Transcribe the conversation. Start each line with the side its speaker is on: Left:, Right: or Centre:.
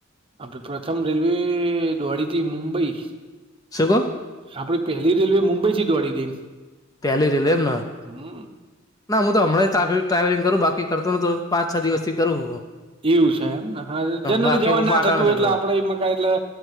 Right: આપડે પ્રથમ રેલવે દ્વાળીથી મુંબઈ.
Left: શું કહે?
Right: આપડીે પેલી રેલવે મુંબઈ થી દોડી હતી એમ.
Left: પેલી રેલીમાં
Right: હમ
Left: ના હું તો હમણાં ટાવે ટ્રાવેલિંગ કરું બાકી કરતો તો પાંચ છ દિવસથી કરું
Right: એવું છે એમને હા જનરલી
Left: બાકી
Right: જવાનું
Left: હું
Right: ના
Left: પાટણ
Right: થતું હોય
Left: જ હતો
Right: એટલે આપડે એમાં કા એટલે